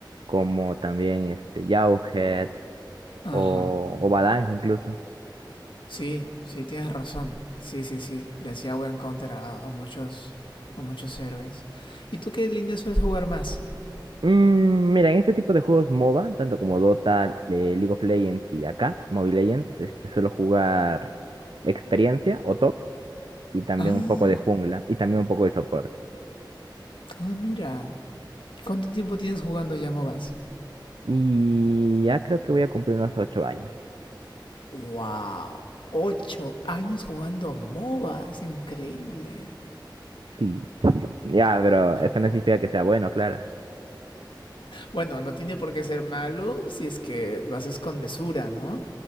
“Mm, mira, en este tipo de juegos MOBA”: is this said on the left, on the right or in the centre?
Right